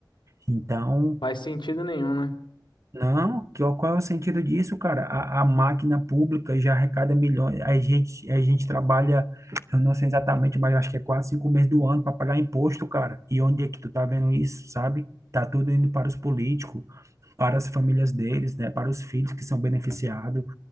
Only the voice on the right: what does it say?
Então,
não, que- qual é o sentido disso, cara? A, a máquina pública já arrecada milhões. A gente, a gente trabalha, eu não sei exatamente, mas eu acho que é quase cinco meses do ano para pagar imposto, cara. E onde é que tu tá vendo isso, sabe? Tá tudo indo para os políticos, para as famílias deles, né? Para os filhos que são beneficiados